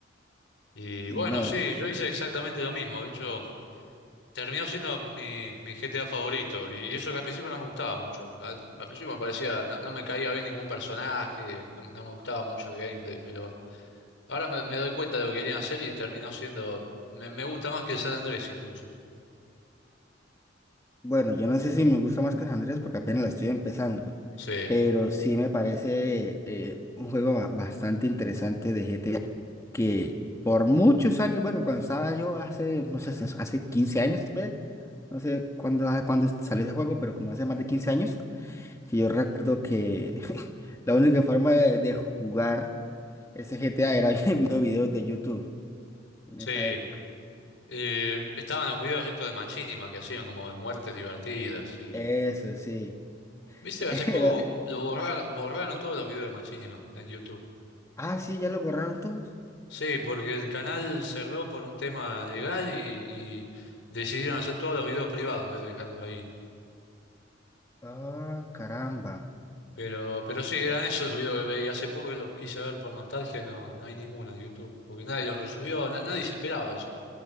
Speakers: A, on the left (about 75°); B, on the left (about 15°).
A: y
B: Y
A: bueno,
B: no,
A: sí, yo hice exactamente lo mismo. De hecho, terminó siendo mi, mi GTA favorito, y eso que al principio no me gustaba mucho. Al, al principio me parecía, no, no me caía bien ningún personaje, no, no me gustaba mucho el gameplay, pero... Ahora me, me doy cuenta de lo que querían hacer y terminó siendo. Me, me gusta más que el San Andrés incluso.
B: bueno, yo no sé si me gusta más que San Andrés porque apenas la estoy empezando,
A: Sí,
B: pero sí me parece eh, un juego ba- bastante interesante de G T A. que por muchos años, bueno, cuando estaba yo hace, no sé, hace 15 años, tal vez, no sé cuándo, cuándo salió ese juego, pero como hace más de 15 años, que yo recuerdo que <laughs> la única forma de, de jugar ese GTA era <laughs> viendo videos de YouTube en
A: sí.
B: esa época.
A: Eh, estaban los videos estos de Machinima que hacían como de muertes divertidas y.
B: Eso sí.
A: Viste,
B: <laughs> Era-
A: hace poco lo borraron, borraron todos los videos de Machinima en YouTube.
B: Ah, sí, ya lo borraron todos.
A: Sí, porque el canal cerró por un tema legal y, y decidieron hacer todos los videos privados en vez de dejarlos ahí.
B: Ah, caramba.
A: Pero, pero sí, eran esos los videos que veía. Hace poco que los quise ver por nostalgia, y no, no hay ninguno en YouTube, porque nadie los resubió, na- nadie se esperaba eso.